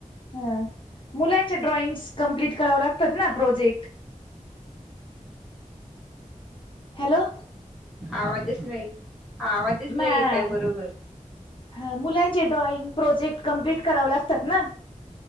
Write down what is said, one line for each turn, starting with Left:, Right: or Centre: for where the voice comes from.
Left: हा मुलांच्या ड्रॉइंग्स कम्प्लीट करावं लागतात ना प्रोजेक्ट हॅलो.
Centre: आवाजच नाइ आवाजच
Left: मॅ
Centre: नाइ येताय बरोबर.
Left: हा मुलांचे ड्रॉइंग, प्रोजेक्ट कम्प्लीट करावं लागतात ना.